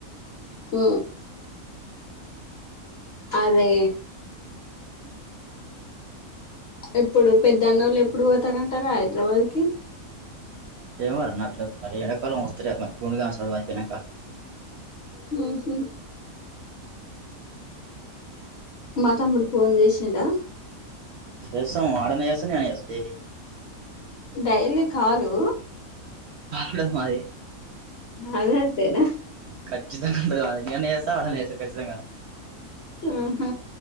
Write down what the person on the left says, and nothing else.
మ్ అదే ఎప్పుడు పెద్దన్నోళ్ళు ఎప్పుడు పోతారంటరా హైదరాబాద్కి
మ్ హ్ మా తమ్ముడు ఫోన్ చేసిండా
డైలీ కాలు
అదంతేనా
ఆహ